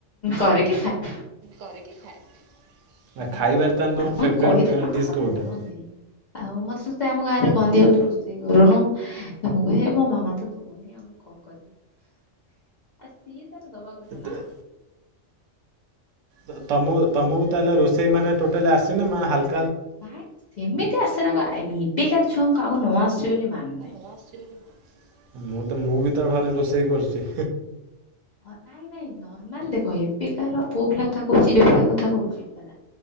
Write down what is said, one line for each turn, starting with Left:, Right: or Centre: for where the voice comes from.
Left: କରିକି ଖଇବା।
Right: କରିକି ଖାଇବ।
Left: ମୁଁ
Right: ଖାଇବାରେ
Left: କରିକି
Right: ତାନେ
Left: ମାମା
Right: ତମ ଫେବ୍ରାଇଟି
Left: କହିଦିଏ ମାମା
Right: ଡିଶି
Left: ତ
Right: କୋଉଟା?
Left: କରନ୍ତି। ଆଉ ମୋତେ ସମସ୍ତେ ଆମ ଗାଁ ରେ କହନ୍ତି ରୋଷେଇ କରୁନୁ ମୁଁ କହେ ମୋ ମାମା ତ ଦଉନି ମୁଁ ଆଉ କଣ କରିବି? ସିଏ ତାର ଦବା କଥା
Right: ତ-
Left: ନା।
Right: ତ ତମକୁ ତମକୁ ତା ହେଲେ ରୋଷେଇ ମାନେ ଟୋଟାଲି ଆସେନା ମା ହାଲ
Left: ବାହେ ସେମିତି ଆସେନା ଏବେକାର ଛୁଆଙ୍କୁ କହାକୁ ନ ଆସୁଛି ବୋଲି ମାନେ ନାହିଁ।
Right: ନ ଆସୁଛି ବୋଲେ ମୁଁ ତ ମୁଁ ବି ତ ଘରେ ରୋଷେଇ କରୁଛି।
Left: ହ ନାଇଁ ନାଇଁ ନର୍ମାଲ ଦେଖ ଏବେ କାର ପୁଅ ପିଲାଙ୍କ କଥା କହୁଛି ଝିଅ ପିଲାଙ୍କ କଥା କହୁଛି ହେଲା